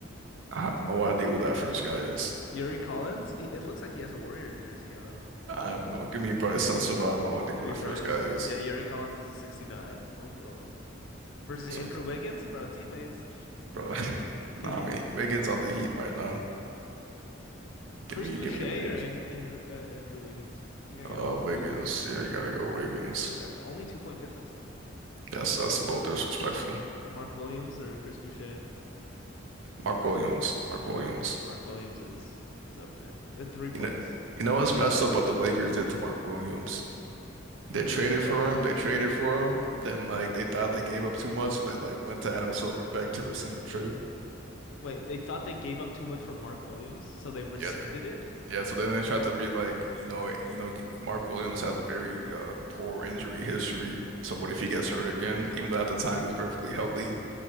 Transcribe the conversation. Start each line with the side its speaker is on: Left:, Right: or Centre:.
Right: I have no idea who that first guy is.
Left: Yuri Collins, he, it looks like he has a Warriors jersey on.
Right: I have no. Give me Bryce Sensabaugh. I have no idea
Left: Give
Right: who
Left: me
Right: that
Left: Bryce.
Right: first guy is.
Left: Yeah, Yuri Collins is a 69 overall. Versus Andrew
Right: So,
Left: Wiggins, bro, teammates.
Right: bro, <laughs>
Left: <laughs> 82.
Right: nah, I mean Wiggins on the Heat right now.
Left: Chris
Right: Give me,
Left: Boucher
Right: give me Wiggs.
Left: or Ang Andrew uh, Andrew Wiggins? I think I gotta
Right: Uh,
Left: go
Right: Wiggins.
Left: Wiggins.
Right: Yeah, you gotta go Wiggins.
Left: You gotta go. Only two point difference though.
Right: That's that's a little disrespectful.
Left: Mark Williams or Chris Boucher?
Right: Mark Williams. Mark Williams.
Left: Mark Williams is he's up there. Uh, Three points.
Right: You know you know what's messed up what the Lakers did to Mark Williams? They
Left: what
Right: traded
Left: they do to Mark
Right: for
Left: Williams?
Right: him, they traded for him, then like they thought they gave up too much, so they like went to Adam Silver and begged to rescind the trade.
Left: Wait, they thought they gave up too much for Mark Williams, so they rescinded
Right: Yeah, they,
Left: it?
Right: yeah, so then they tried to be like, you know, you know, g- Mark Williams has a very uh, poor injury history. So what if he gets hurt again? Even though at the time he was perfectly healthy,